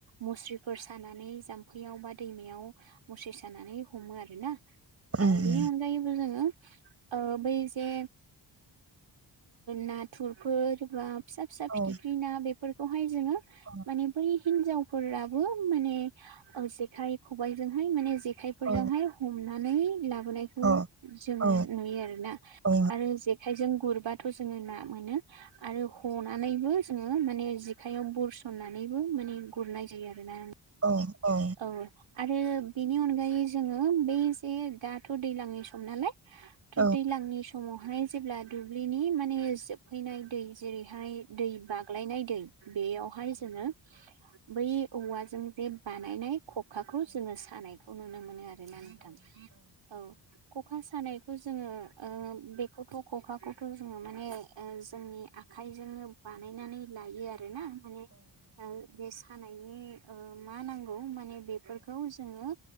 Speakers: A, on the right (about 80°); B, on the right (about 30°).
A: मुस्रिफोर सानानै जाम्फैयाव बा दैमायाव मुस्रि सानानै हमो आरो ना
B: उम
A: बिनि उनाव जायो जोङो ओ बै जे नाथुरफोर बा फिसा फिसा फिथिख्रि
B: औ
A: ना बेफोरखौहाय जोंङो
B: औ
A: माने बै हिनजावफोराबो माने जेखाइ खबाइजोंहाय माने जेखाय जेखाइफोरजोंहाय
B: औ
A: हमनानै लाबोनाय बे खौ
B: औ
A: जोङो
B: औ
A: नुयो आरोना
B: औ
A: आरो जेखाइजों गुरबाथ' जोङो ना मोनो आरो हनानैबो जोङो माने जेखायाव बुरसननानैबो माने गुरनाय जायो आरोना
B: औ नोंथां
A: औ आरो बिनि अनगायै जोङो बै जे दाथ' दैज्लांनि सम नालाय। थ'
B: औ
A: दैज्लांनि समावहाय जेब्ला दुब्लिनि माने जोबहैनाय दै जेरैहाय दै बाग्लायनाय दै बेयावहाय जोङो बै औवाजों जे बानायनाय खखाखौ जोङो सानायखौ नुनो मोनो आरोना नोंथां औ ख'खा सानायखौ जोङो ओ- बेखौथ' ख'खाखौथ' जोङो माने ओ- जोंनि आखाइजोंनो बानायनानै लायो आरोना माने बे हानायनि ओ- मा नांगौ माने बेफोरखौ जोङो